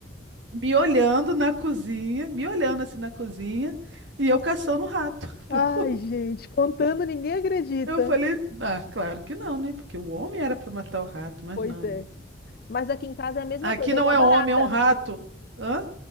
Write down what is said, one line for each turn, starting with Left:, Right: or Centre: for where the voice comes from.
Right: me olhando na cozinha, me olhando assim na cozinha, e eu caçando o rato, <laughs>
Left: Ai,
Right: procurando.
Left: gente, contando ninguém acredita.
Right: Eu falei, ah, claro que não, né? Porque o homem era para matar o rato, mas
Left: Pois
Right: não, amiga.
Left: é. Mas aqui em casa é a mesma
Right: Aqui
Left: coisa,
Right: não
Left: é igual
Right: é
Left: barata.
Right: homem, é um rato. Hã?